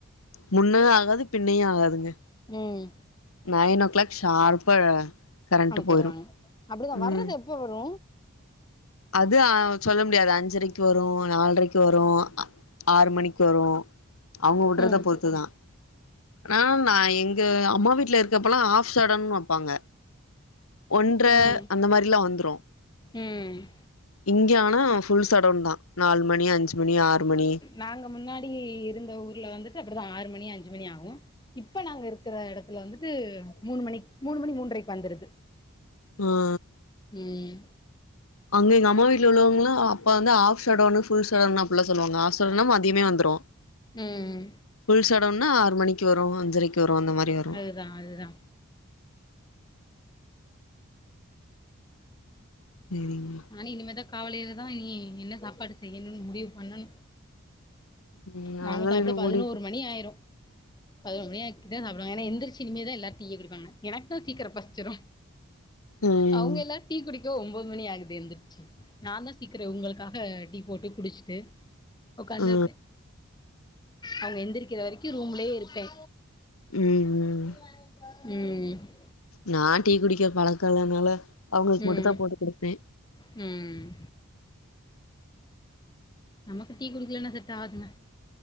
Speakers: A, on the left; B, on the left.
A: முன்ன ஆகாது பின்னயு ஆகாதுங்க
B: ம்
A: நைன் ஓ கிளாக் ஷார்ப்பா கரண்ட்டு
B: அமுத்திருவாங்க
A: போயிரு
B: அப்டிதா
A: ம்
B: வர்றது எப்ப வரு
A: அது சொல்ல முடியாது அஞ்சரைக்கு வரு நால்ரைக்கு வரு ஆறு மணிக்கு வரு அவங்க உடறத
B: ம்
A: பொறுத்துதா ஆனா நா எங் க அம்மா வீட்ல இருக்கப்பல்லா ஆஃப் ஷடன் வெப்பாங்க ஒன்ர
B: ம்
A: அந்த மாரிலா வந்துரு
B: ம்
A: இங்க ஆனா ஃபுல் ஷடவுன்தா நாலு மணி அஞ்சு மணி ஆறு மணி
B: நாங்க முன்னாடி இருந்த ஊர்ல வந்துட்டு அப்டிதா ஆறு மணி அஞ்சு மணி ஆகு இப்ப நாங்க இருக்கற எடத் துல வந்துட்டு மூணு மணி மூணு மணி மூன்றைக்கு வந்துருது
A: ஆ
B: ம்
A: அங்க எங்க அம்மா வீட்ல உள்ளவங்களா அப்ப வந்து ஆஃப் ஷடவுனு ஃபுல் ஷடவுன் அப்டிலா சொல்லுவாங்க ஆஃப் ஷடவுனா மதியமே வந்துரு
B: ம்
A: ஃபுல் ஷடவுனா ஆறு மணிக்கு வரு அஞ்சரைக்கு வரு அந்த மாரி வரு
B: அதுதா அதுதா
A: ம்
B: நானு இனிமேதா காலைலதா இனி என்ன சாப்பாடு செய்யணுன் முடிவு பண்ணணு
A: ம் நாங்களு
B: நாங்க சாப்பிட
A: இன்னு
B: பதினோரு
A: முடி
B: மணி ஆயிரு பதினொரு மணி ஆக்கிட்டு சாப்டுவாங்க ஏனா எந்திரிச்சு இனிமே தா எல்லாரு டீ குடிப்பாங்க எனக்கு சீக்கரோ பசிச்சுடு
A: ம்
B: அவுங்கெல்லா டீ குடிக் இதோ ஒன்பது மணி ஆகுது எந்துருச்சு நா தா சீக்கிரோ உங்களுக்காக டீ போட்டு குடிச்சுட்டு உக்காந்துருப்பே
A: ஆ
B: அவங்க எந்திருக்கிற வரைக்கு ரூம்லயே இருப்பே
A: ம் ம்
B: ம்
A: நா டீ குடிக்கிற பழக்கேலனால அவங்களுக்கு
B: ம்
A: மட்டு தா போட்டு குடுப்பே
B: ம் நமக்கு டீ குடிக்கலன்னா செட்டாகாதுங்க